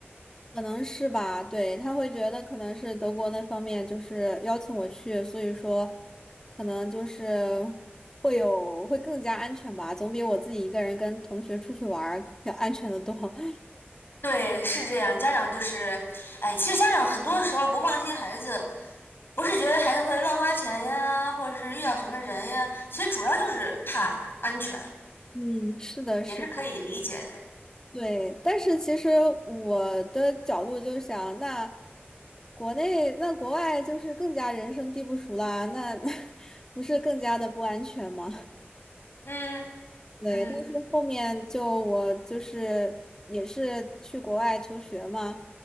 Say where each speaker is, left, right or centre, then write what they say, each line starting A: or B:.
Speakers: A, on the left; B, on the left.
A: 可能是吧，对，他会觉得可能是德国那方面就是邀请我去，所以说可能就是会有会更加安全吧，总比我自己一个人跟同学出去玩儿要安全的多。<laughs>
B: 对，是这样。家长就是，哎，其实家长很多时候不放心孩子，不是觉得孩子会乱花钱呀，或者是遇到什么人呀，其实主要就是怕安全，
A: 嗯，是的，
B: 也是可以理解的。
A: 是的，对。但是其实我的角度就想，那国内那国外就是更加人生地不熟啦，那 <laughs> 不是更加的不安全吗？
B: 嗯
A: 对，
B: 嗯哼
A: 但是后面就我就是也是去国外求学嘛，